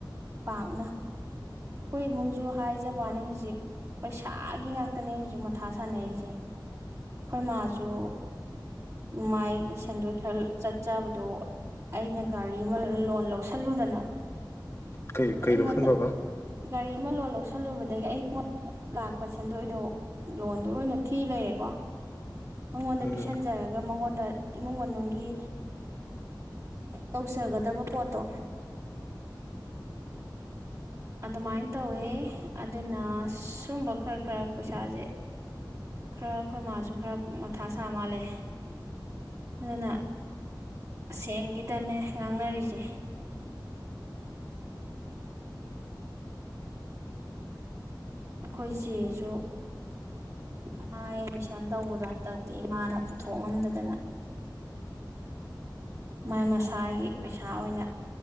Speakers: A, on the right; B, on the left.
A: ꯄꯥꯛꯅ ꯑꯩꯈꯣꯏ ꯏꯃꯨꯡꯖꯨ ꯍꯥꯏꯖꯕꯋꯥꯅꯦ ꯍꯧꯖꯤꯛ ꯄꯩꯁꯥꯒꯤ ꯉꯥꯛꯇꯅꯦ ꯍꯧꯖꯤꯛ ꯃꯊꯥ ꯁꯥꯟꯅꯩꯖꯦ ꯑꯩꯈꯣꯏ ꯃꯥꯁꯨ ꯃꯥꯏꯒꯤ ꯁꯦꯟꯗꯣꯏ ꯈꯔ ꯆꯠꯆꯕꯗꯣ ꯑꯩꯅ ꯒꯥꯔꯤ ꯑꯃ ꯂꯣꯟ ꯂꯧꯁꯤꯜꯂꯨꯗꯅ
B: ꯀꯩ
A: ꯑꯩꯉꯣꯟꯗ
B: ꯀꯩ ꯂꯧꯁꯟꯕꯕꯥ
A: ꯒꯥꯔꯤ ꯑꯃ ꯂꯣꯟ ꯂꯧꯁꯤꯜꯂꯨꯕꯗꯒꯤ ꯑꯩꯉꯣꯟ ꯂꯥꯛꯄ ꯁꯦꯟꯗꯣꯏꯗꯣ ꯂꯣꯟꯗ ꯑꯣꯏꯅ ꯊꯤ ꯂꯩꯔꯦꯀꯣ ꯃꯉꯣꯟꯗ
B: ꯎꯝ
A: ꯄꯤꯁꯟꯖꯔꯒ ꯃꯉꯣꯟꯗ ꯗ ꯏꯃꯨꯡ ꯃꯅꯨꯡꯒꯤ ꯇꯧꯖꯒꯗꯕ ꯄꯣꯠꯇꯣ ꯑꯗꯨꯃꯥꯏꯅ ꯇꯧꯋꯦ ꯑꯗꯨꯅ ꯁꯨꯝꯕ ꯈꯔ ꯈꯔ ꯄꯩꯁꯥꯁꯦ ꯈꯔ ꯑꯩꯈꯣꯏ ꯃꯥꯁꯨ ꯈꯔ ꯃꯊꯥ ꯁꯥ ꯃꯥꯜꯂꯦ ꯑꯗꯨꯅ ꯁꯦꯟꯒꯤꯗꯅꯦ ꯉꯥꯡꯅꯔꯤꯖꯦ꯫ ꯑꯩꯈꯣꯏ ꯆꯦꯁꯨ ꯃꯥ ꯑꯦꯠꯃꯤꯁꯟ ꯇꯧꯕꯗꯣ ꯍꯟꯗꯛꯇꯤ ꯏꯃꯥꯅ ꯄꯨꯊꯣꯛ ꯉꯝꯗꯗꯅ ꯃꯥꯏ ꯃꯁꯥꯒꯤ ꯄꯩꯁꯥ ꯑꯣꯏꯅ